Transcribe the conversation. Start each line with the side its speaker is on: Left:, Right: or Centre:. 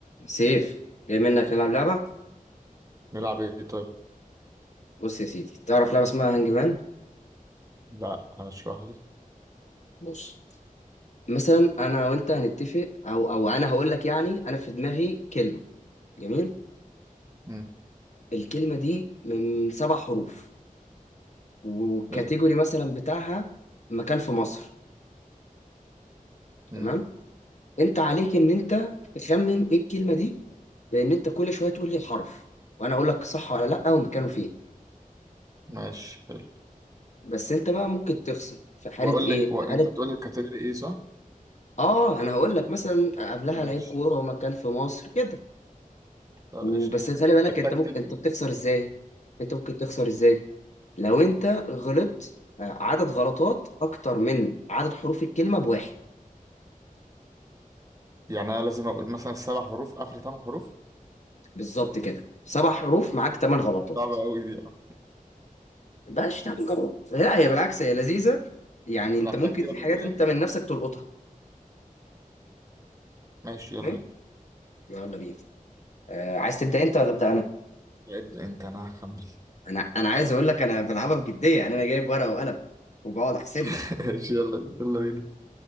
Left: سيف جاي منك نلعب لعبة
Right: نلعب ايه طيب
Left: بص يا سيدي تعرف لعبة اسمها هانج مان
Right: لا هشرح لي
Left: بص مثلا انا وانت هنتفق او او انا هقول لك يعني انا في دماغي كلمة جميل
Right: امم
Left: الكلمة دي من سبع حروف والكاتيجوري
Right: حلو
Left: مثلا بتاعها مكان في مصر
Right: امم
Left: تمام انت عليك ان انت تخمن ايه الكلمة دي لان انت كل شوية تقول لي الحرف وانا اقول لك صح ولا لا ومكانه فين
Right: ماشي حلو
Left: بس انت بقى ممكن تخسر في حالة
Right: واقول
Left: ايه
Right: لك وانت
Left: حالة
Right: تقول لي الكاتيجوري ايه صح
Left: اه انا هقول لك مثلا قبلها
Right: ماشي
Left: لعيب كورة ومكان في مصر كده
Right: طب
Left: وبس
Right: قشطه حلو
Left: خلي بالك
Right: لعبتها
Left: انت
Right: كتير
Left: ممكن
Right: دي
Left: انت بتخسر ازاي انت ممكن تخسر ازاي لو انت غلطت آه، عدد غلطات اكتر من عدد حروف الكلمه بواحد
Right: يعني انا لازم اقول مثلا سبع حروف اخر ثمان حروف
Left: بالظبط كده سبع حروف معاك ثمان غلطات
Right: صعبه قوي دي اه
Left: ده شتنجر لا هي بالعكس هي لذيذه يعني
Right: انت
Left: انت
Right: لعبتها
Left: ممكن
Right: كتير
Left: في
Right: قبل
Left: حاجات
Right: كده
Left: انت
Right: يعني
Left: من نفسك تلقطها
Right: ماشي
Left: تمام
Right: يلا بينا
Left: يلا بينا آه عايز تبدا انت ولا ابدا انا
Right: ابدا انت انا هخمن
Left: انا انا عايز اقول لك انا بلعبها بجديه يعني انا جايب ورقه وقلم وبقعد احسب
Right: <laughs>
Left: لك
Right: ماشي يلا بينا يلا بينا